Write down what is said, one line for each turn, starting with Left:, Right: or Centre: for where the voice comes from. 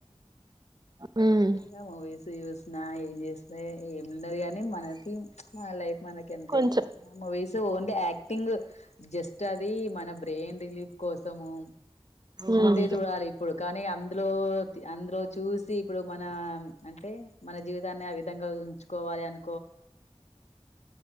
Right: హ్మ్
Left: ఏమో వైసి వస్. నాయి చేస్తే ఎల్. ఉండది గని మన థింక్, మన లైఫ్ మనకెంత
Right: కొంచెం
Left: ఇంకా, movies. So only acting, just అది, మన బ్రెయిన్ రిలీఫ్ కోసము.
Right: హ్మ్
Left: అంతే జుడాలి, ఇప్పుడు కానీ, అందులో. అందులో చూసి, ఇప్పుడు మన, అంటే. మన జీవితాన్ని ఆ విధంగా ఉంచుకోవాలి అను.